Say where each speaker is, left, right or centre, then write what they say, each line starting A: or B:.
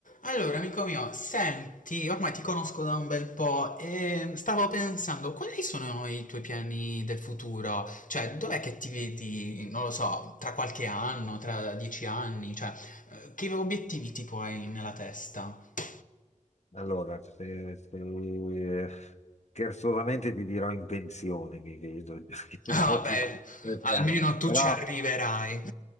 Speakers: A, on the left; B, on the left.
A: Allora, amico mio, senti, ormai ti conosco da un bel po' e stavo pensando, quali sono i tuoi piani del futuro? Cioè, dov'è che ti vedi, non lo so, tra qualche anno, tra dieci anni? Cioè, eh, che obiettivi tipo hai nella testa? <laughs>
B: Allora, se, se- scherzosamente ti dirò in pensione, mi vedo, <laughs> perché
A: Ah,
B: ho 57
A: beh, almeno
B: anni,
A: tu
B: però
A: ci arriverai.